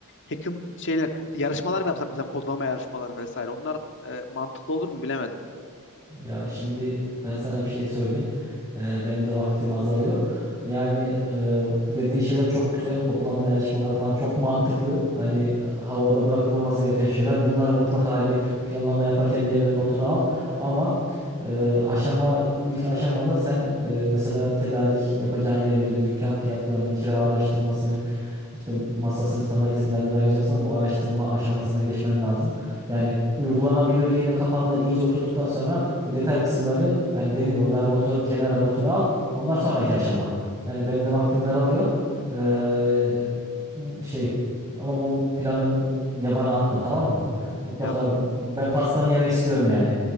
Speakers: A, on the left; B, on the right.
A: Hacking şeyler yarışmalar mı yapsak mesela kodlama yarışmaları vesaire. Onlar e, mantıklı olur mu bilemedim.
B: Ya şimdi ben sana bir şey söyleyeyim. Ee, benim de vaktim azalıyor. Yani e, bu dediğin şeyler çok güzel. Kodlama yarışmaları falan çok mantıklı. Hani e, havada bırakılmaması gereken şeyler. Bunları mutlaka hani planlama yaparken bir yere notunu al. Ama e, aşama ilk aşamada sen e, mesela tedarik yapacağın yerleri, dükkan fiyatlarını, kira araştırmasını, işte masasını, sandalyesini nereden ayıracaksan bu araştırma aşamasına geçmen lazım. Yani uygulanabilirliğini kafanda iyice oturttuktan sonra bu detay kısımları hani dedim ya onların notu kenara notunu al. Onlar sonraki aşama. Yani benim de vaktim daralıyor. Ee, şey ama bu planı yabana atma tamam mı? Mutlaka
A: Ya
B: ben pastanı yemek istiyorum yani.